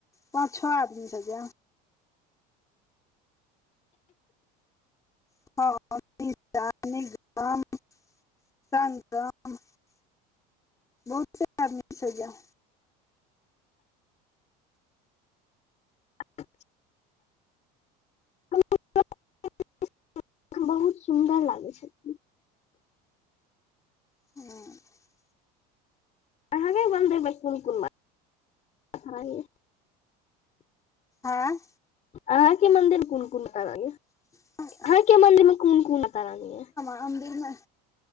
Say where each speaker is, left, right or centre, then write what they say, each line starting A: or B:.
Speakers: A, on the left (about 15°); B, on the left (about 35°).
A: पाँच छह आदमी से जैब <unintelligible> बहुत आदमी से जाएम
B: <inaudible> <unintelligible> बहुत सुन्दर लागै छथिन
A: हँ
B: अहे मन्दिरमे कोन कोन मन्दिर अच्छा लगै ये
A: ऐं
B: अहाँके मंदिर कोन कोन अच्छा लागै यै
A: <unintelligible>
B: अहाँके मन्दिर मे कोन कोन अच्छा लागै यै
A: मंदिर मे